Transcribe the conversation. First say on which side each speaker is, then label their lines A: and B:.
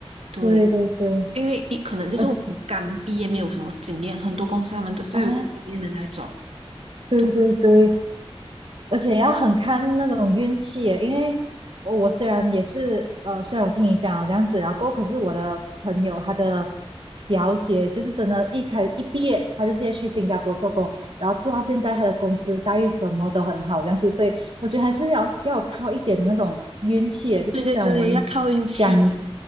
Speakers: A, on the right; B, on the right.
A: 对，
B: 对对对，
A: 因为一可能就是我们刚毕业没有什么经验，
B: 而是
A: 很多公司他们都是要有经验的那种，
B: 啊，对对对，
A: 对
B: 而且要很看那种运气耶因为我虽然也是呃，虽然我听你讲了这样子，然后可是我的朋友她的表姐就是真的，一开一毕业她就直接去新加坡做工，然后做到现在她的公司待遇什么都很好这样子，所以我觉得还是要要有靠一点的那种运气耶，就是虽然我们讲
A: 对对对，要靠运气，